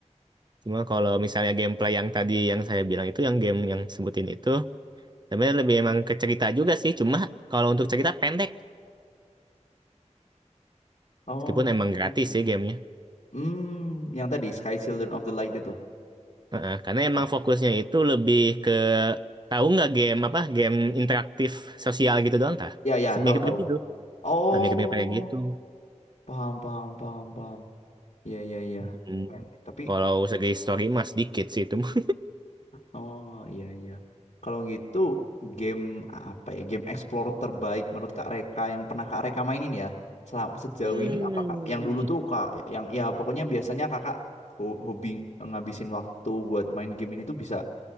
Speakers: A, on the right; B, on the left.
A: Cuma kalau misalnya gameplay yang tadi yang saya bilang itu yang game yang sebutin itu sebenarnya lebih emang ke cerita juga sih. Cuma kalau untuk cerita pendek,
B: oh
A: meskipun emang gratis
B: iya.
A: sih gamenya.
B: hmm yang tadi Sky Children of the Light itu
A: Heeh, karena emang
B: Oh.
A: fokusnya itu lebih ke tahu nggak game apa game interaktif sosial gitu doang tah?
B: Ya, ya, tahu
A: Mirip-mirip
B: tahu.
A: gitu.
B: Oh,
A: Nah, mirip-mirip kayak gitu.
B: paham, paham, paham, paham. Iya, iya, iya.
A: Hmm.
B: Keren. Tapi,
A: Kalau segi story mas dikit sih itu. mah.
B: oh iya, iya. Kalau gitu, game apa ya? Game Explorer terbaik menurut Kak Reka yang pernah Kak Reka mainin ya? Selama sejauh
A: Hmm.
B: ini apa Kak? Yang dulu tuh Kak, yang ya pokoknya biasanya Kakak ho- hobi ngabisin waktu buat main game ini tuh bisa